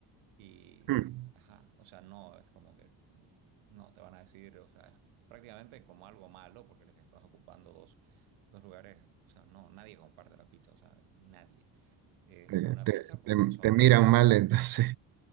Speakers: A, on the right; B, on the right.
A: y,
B: hmm.
A: ajá, o sea, no, es como que no te van a decir, o sea, es prácticamente como algo malo porque les estás ocupando dos, dos lugares, o sea, no, nadie comparte la pizza, o sea, nadie. Es
B: Te,
A: una
B: te-
A: pizza por
B: te-
A: persona.
B: te miran
A: eh,
B: mal entonces.